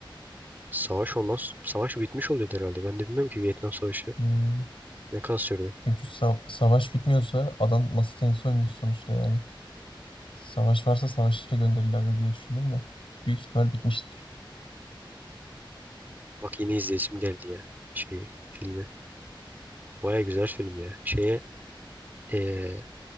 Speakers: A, on the right (about 20°); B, on the left (about 85°).
A: Savaş ondan s- savaş bitmiş oluyor herhalde. Ben de bilmiyorum ki Vietnam Savaşı
B: Hmm.
A: ne kadar sürdü.
B: Çünkü sa- savaş bitmiyorsa adam masa tenisi oynuyor sonuçta yani. Savaş varsa savaşa gönderirlerdi diye düşündüm de. Büyük ihtimal bitmiştir.
A: Bak yine izleyesim geldi ya şeyi filmi. Baya güzel film ya. Şeye eee